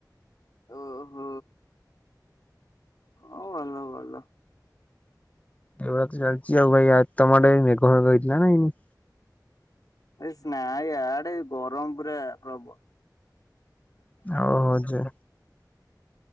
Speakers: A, on the left; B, on the left.
A: ଓହୋ। ହଉ ଭଲ <unintelligible>
B: ଏଇଭଳିଆ ତ ଚାଲ୍ଚି ଆଉ ଭାଇ ତମ ଆଡେ ମେଘ ଫେଘ ହେଇଥିଲା ନା ହେଇନି?
A: ଏ ସ୍ନାଇ ୟାଡେ ଗରମ୍ ପୁରା ପ୍ରବ
B: ହଉ-ହଉ ଯା।